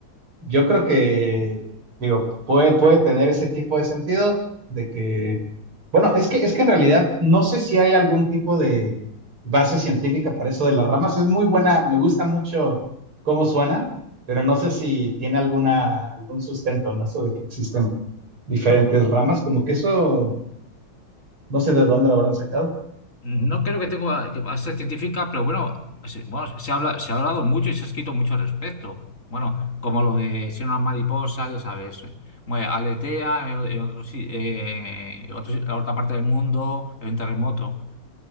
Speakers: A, on the right (about 75°); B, on the left (about 35°).
A: yo creo que, digo, puede, puede tener ese tipo de sentido de que, bueno, es que, es que en realidad no sé si hay algún tipo de base científica para eso de las ramas. Es muy buena, me gusta mucho cómo suena, pero no sé si tiene alguna, algún sustento, ¿no? Eso de que existen diferentes ramas, como que eso, no sé de dónde lo habrán sacado.
B: No creo que tenga que va a ser científica, pero bueno, se, bueno, se habla, se ha hablado mucho y se ha escrito mucho al respecto. Bueno, como lo de si una mariposa, ya sabes, mue- aletea en, en otro, si- eh, otro si- en otra parte del mundo, en un terremoto.